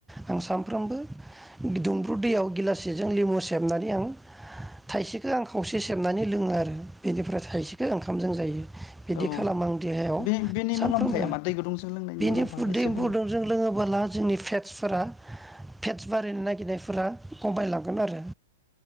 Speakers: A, in the centre; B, on the left (about 50°).
A: आं सानफ्रोमबो दुंब्रुद दैयाव गिलाससेजों लिमु सेबनानै आं थाइसेखो आं खावसे सेबनानै लोङो आरो बेनिफ्राय थाइसेखो ओंखामजों जायो बिदि
B: औ
A: खालामो आं देहायाव
B: बे बेनि
A: सानफ्रोमबो
B: मुलाम्फाया मा दै गुदुंजों लोंनायनि
A: बिनि
B: मुलाम्फाखौ एसे
A: दै
B: बुंनो
A: <unintelligible> जों लोङोबा ला जोंनि फेटसफोरा फेटस बारायनो नागिरनायफोरा कमायलांगोन आरो